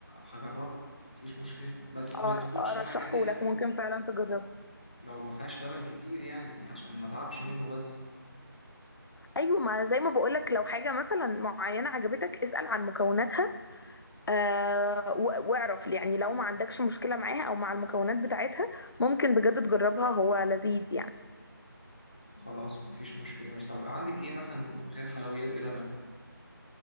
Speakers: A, on the left; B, on the left.
A: هجرب مفيش مشكلة بس
B: اه
A: ما تكونش
B: ارشحه
A: الحاجة فيها
B: لك ممكن فعلا تجربه
A: لو ما فيهاش لبن كتير يعني عشان ما تعبش منه بس
B: ايوه ما زي ما بقولك لو حاجة مثلا معينة عجبتك اسأل عن مكوناتها آه و- واعرف يعني لو ما عندكش مشكلة معاها او مع المكونات بتاعتها ممكن بجد تجربها هو لذيذ يعني
A: خلاص مفيش مشكلة ماشي طب عندك ايه مثلا غير حلويات بلبن